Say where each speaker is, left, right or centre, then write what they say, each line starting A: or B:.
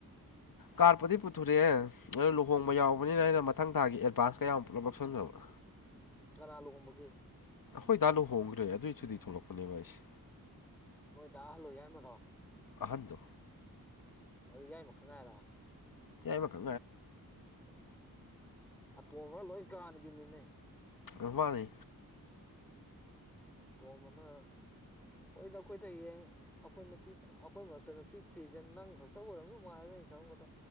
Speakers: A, on the left (about 65°); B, in the centre.
A: ꯀꯥꯔꯄꯗꯤ ꯄꯨꯊꯣꯔꯛꯑꯦ ꯑꯗꯨ ꯂꯨꯍꯣꯡꯕ
B: ꯎꯝ
A: ꯌꯥꯎꯕꯅꯤꯅ ꯑꯩꯅ ꯃꯊꯪ ꯊꯥꯒꯤ ꯑꯦꯗꯚꯥꯟꯁ ꯀꯌꯥꯃꯨꯛ ꯄꯨꯂꯞ ꯂꯧꯁꯤꯟꯈ꯭ꯔꯣ
B: ꯀꯔꯥ ꯂꯨꯍꯣꯡꯕꯒꯦ
A: ꯍꯣꯏ ꯗꯥꯥ ꯂꯨ ꯍꯣꯡꯈ꯭ꯔꯦ ꯑꯗꯨꯑꯣꯏꯁꯨꯗꯤ ꯊꯣꯛꯂꯛꯄꯅꯦꯕ ꯑꯩꯁꯦ
B: ꯅꯣꯏꯗ ꯍꯜꯂꯨꯏ ꯌꯥꯏꯃꯔꯣ
A: ꯑꯍꯟꯗꯨ
B: ꯑꯗꯨ ꯌꯥꯏꯃ ꯈꯪ ꯉꯥꯏꯔ
A: ꯌꯥꯦꯃ ꯀꯒ
B: ꯎ ꯑꯇꯣꯝꯕꯒ ꯂꯣꯏ ꯀꯥꯟꯅꯈꯤꯕꯅꯤꯅꯦ
A: ꯏꯃꯅꯤ
B: ꯇꯣꯝꯕꯗ ꯍꯣꯏꯗ ꯑꯩꯈꯣꯏꯗꯌꯦꯡ ꯑꯩꯈꯣꯏ ꯅꯨꯄꯤꯗ ꯑꯩꯈꯣꯏ ꯇꯅ ꯄꯤꯛꯁꯤ꯭ꯔꯤꯁꯦ ꯅꯪ ꯈꯛꯇ ꯑꯣꯏꯔꯕꯝꯅ ꯃꯥꯏꯗꯩꯅ ꯈꯪꯕꯗ